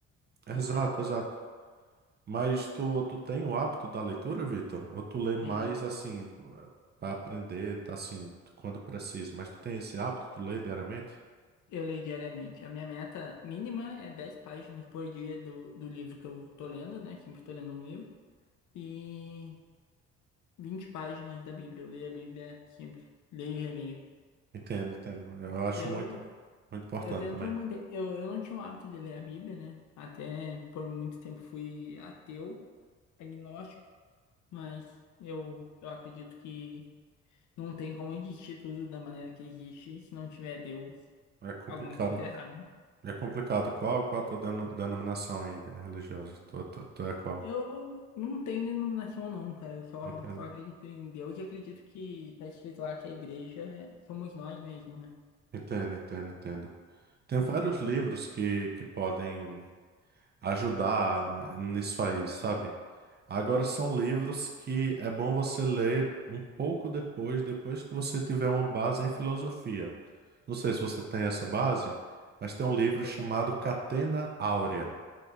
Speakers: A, on the right (about 35°); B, on the left (about 75°).
A: Exato,
B: a literatura.
A: exato. Mas tu, tu tem o hábito da leitura, Vitor? Ou tu lê mais
B: Sim,
A: assim, para aprender, tá assim, quando precisa? Mas tu tem esse hábito, tu lê diariamente?
B: eu leio diariamente. A minha meta mínima é 10 páginas por dia do, do livro que eu tô lendo, né? Sempre tô lendo um livro. E 20 páginas da Bíblia. Eu leio a Bíblia sempre. Leio e releio.
A: Entendo, entendo. Eu acho
B: E eu,
A: muito, muito importante
B: eu tento
A: também.
B: manter. Eu, eu não tinha o hábito de ler a Bíblia, né? Até por muito tempo fui ateu, agnóstico. Mas eu, eu acredito que não tem como existir tudo da maneira que existe se não tiver Deus.
A: É complicado.
B: Alguma coisa tá errada. né?
A: É complicado. Qual, qual a tua deno- denominação aí, né, religiosa? Tu, tu, tu é qual?
B: Eu não tenho denominação não, cara. Eu só,
A: Entendo.
B: só acredito em Deus e acredito que tá escrito lá que a igreja é- somos nós mesmos, né?
A: Entendo, entendo, entendo. Tem
B: Então,
A: vários livros que, que podem. ajudar né, nisso aí, sabe? Agora são livros que é bom você ler um pouco depois, depois que você tiver uma base em filosofia. Não sei se você tem essa base, mas tem um livro
B: eu,
A: chamado Catena Áurea.